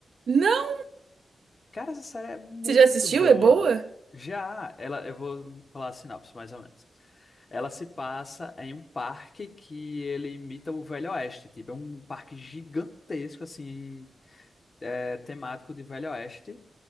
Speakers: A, on the right (about 75°); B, on the left (about 45°).
A: Não!
B: Cara, essa série é muito
A: Você já assistiu?
B: boa.
A: É boa?
B: Já, ela, eu vou falar a sinopse, mais ou menos. Ela se passa em um parque que ele imita o Velho Oeste, tipo, é um parque gigantesco, assim, é, temático de Velho Oeste